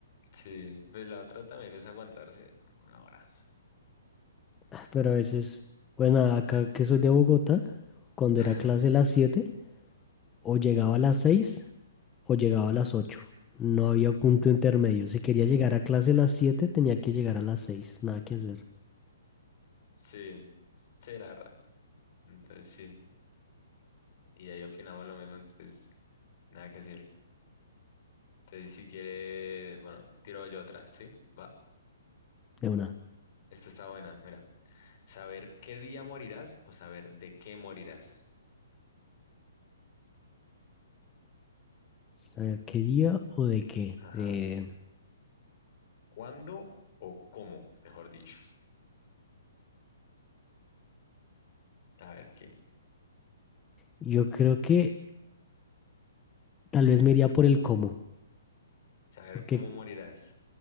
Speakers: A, on the left; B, on the left.
A: Sí, pues la otra también es aguantarse una hora.
B: Ah, Pero a veces, bueno, acá que soy de Bogotá, cuando
A: <laughs>
B: era clase a las 7 o llegaba a las 6 o llegaba a las ocho No había punto intermedio. Si quería llegar a clase a las siete tenía que llegar a las seis Nada que hacer.
A: Sí, sí, la verdad. Entonces sí, y ahí opinamos lo mismo, entonces nada que decir. Entonces si quiere, bueno, tiro yo otra, ¿sí? Va.
B: De una. O
A: Esta está buena, mira. Saber qué día morirás o saber de qué morirás.
B: sea, ¿Qué día o de qué?
A: Ajá.
B: Eh,
A: ¿Cuándo o cómo, mejor dicho? A ver qué.
B: yo creo que Tal vez me iría por el cómo,
A: Saber
B: porque
A: cómo morirás.